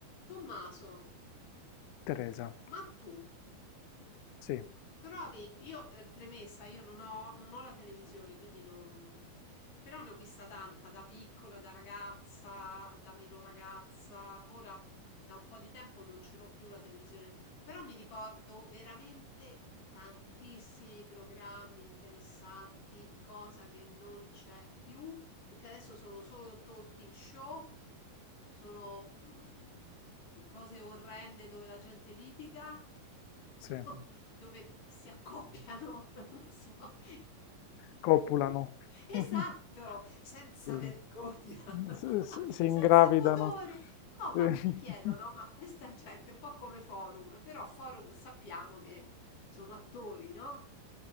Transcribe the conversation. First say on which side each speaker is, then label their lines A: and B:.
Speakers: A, on the left; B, on the left.
A: Tommaso,
B: Teresa,
A: ma tu
B: sì,
A: Trovi, io eh, premessa, io non ho, non ho la televisione, quindi non... Però ne ho vista tanta, da piccola, da ragazza, da meno ragazza. Ora da un po' di tempo non ce l'ho più la televisione, però mi ricordo veramente tantissimi programmi interessanti, cosa che non c'è più, perché adesso sono solo talking show, sono mm, cose orrende dove la gente litiga. <laughs>
B: sì,
A: Mm. No, dove si accoppiano, <laughs> non lo so. <laughs>
B: copulano,
A: Esatto,
B: <laughs>
A: senza
B: sì,
A: vergogna,
B: s
A: <laughs>
B: s si
A: senza
B: ingravidano,
A: pudore. No, ma
B: sì, <laughs>
A: mi chiedono, no, ma questa gente è un po' come Forum, però Forum sappiamo che sono attori, no?